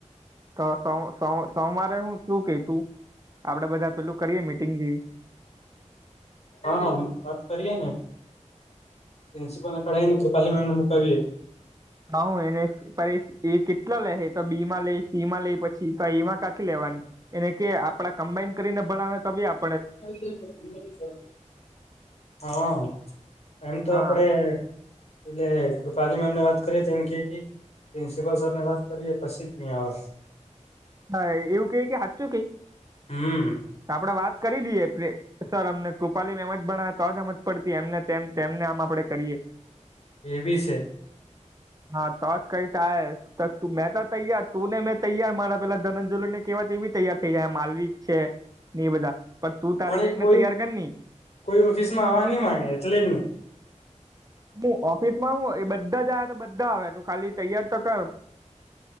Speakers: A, on the right (about 30°); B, on the left (about 55°).
A: તો સો સો સો સોમવારે હું શું કે તું. આપડે બધા પેલું કરીએે મિટિંગ જેવી.
B: હા વાત કરીએ ને પ્રિન્સિપલને કઢાવી ને કૃપાલી મેમને મુકાવએે.
A: હા એને એ કેટલા લે તો બી માં લે સી માં લઈ પછી. તો એમાં કાંથી લેવાની એને કે આપડા કમ્બાઇન કરીને ભણાવે તો બી અપ
B: <unintelligible> હા એમ તો
A: હા
B: આપડે એટલે કૃપાલી મેમને વાત કરીએ તો એમ કે કે પ્રિન્સિપલ સર ને વાત કરીએ પછી જ નહી આવે.
A: આ એવું કઈ કે સાચું કઈ
B: હમ્મ
A: આપડે તા વાત કરી લઈએ પ્રિ સર અમને કૃપાલીમ એમ જ ભણ તો જ અમ જ પડતી એમને તેમ તેમને આમ આપડે કરીએ.
B: એ બી છે.
A: હા તો જ કઈ થાય તો તું મેં તો તૈયાર તુંને મેં તૈયાર મારા પેલા ધનંજલ ને કેવાય એવી તૈયાર થઇ જાય માલવીક છે ને એ બધા પણ તું તારી
B: એ
A: ગંગને
B: કોઈ
A: તૈયાર કર ની.
B: કોઈ ઓફિસમાં આવવા નહી માંગે એટલે જ નહી.
A: હું ઓફિસ માં હું એ બધા જ આવ્યા તો બધા આવ્યા ત ખાલી તૈયાર તો કર.